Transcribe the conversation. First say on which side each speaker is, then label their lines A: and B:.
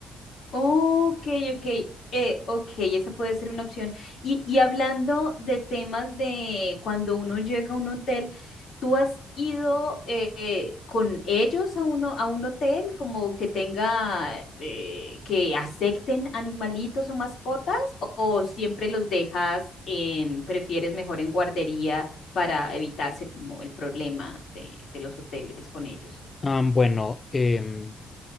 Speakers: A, on the left; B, on the left.
A: Ok, ok, eh, ok, esa puede ser una opción. Y, y hablando de temas de cuando uno llega a un hotel, ¿tú has ido eh, eh, con ellos a uno, a un hotel como que tenga, eh, que acepten animalitos o mascotas? ¿O, o siempre los dejas en, prefieres mejor en guardería para evitarse como el problema de, de los hoteles con ellos?
B: Ah, bueno, em,